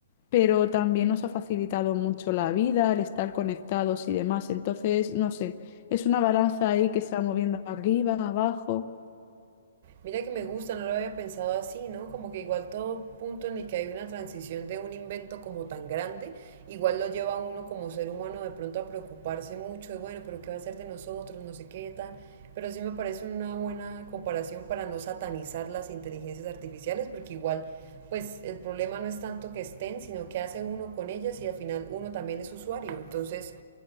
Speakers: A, on the left; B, on the right.
A: pero también nos ha facilitado mucho la vida, el estar conectados y demás. Entonces, no sé, es una balanza ahí que se va moviendo arriba, abajo.
B: Mira que me gusta, no lo había pensado así, ¿no? Como que igual todo punto en el que hay una transición de un invento como tan grande, igual lo lleva a uno como ser humano de pronto a preocuparse mucho de, bueno, pero ¿qué va a ser de nosotros? No sé qué tal. Pero sí me parece una buena comparación para no satanizar las inteligencias artificiales, porque igual, pues el problema no es tanto que estén, sino que hace uno con ellas y al final uno también es usuario. Entonces,